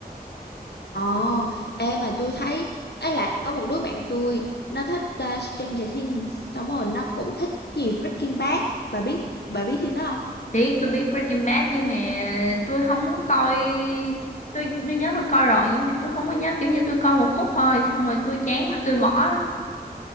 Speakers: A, on the left; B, on the left.
A: Ồ, ê mà tôi thấy ấy là có một đứa bạn tôi nó thích uh, Stranger Things xong rồi nó cũng thích cái gì Breaking Bad. Bà biết bà biết phim đó
B: biết tôi biết Breaking Bad nhưng mà tôi không có coi tôi tôi nhớ tôi coi rồi nhưng mà tôi không có nhớ kiểu như tôi coi một khúc thôi xong rồi tôi chán quá tôi bỏ